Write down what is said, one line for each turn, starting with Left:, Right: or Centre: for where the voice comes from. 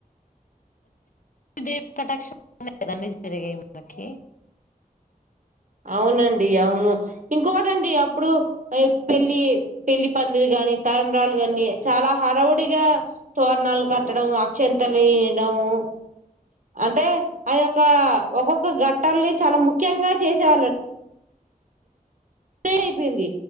Left: దవి కటాక్షదాన్ని జరగా మాకి
Right: అవునండి అవును ఇంకోటండి అప్పుడు పెళ్లి పెళ్లి పందిలు గాని తరబరాలు గాని చాలా హడవుడిగా తోరణాలు కట్టడం అక్షంతలు ఇయడంము అంటే ఆ యొక్క ఒక్కొక్క గట్టల్ని చాలా ము జంగా చేసేవాళ్ <unintelligible> అయిపోయింది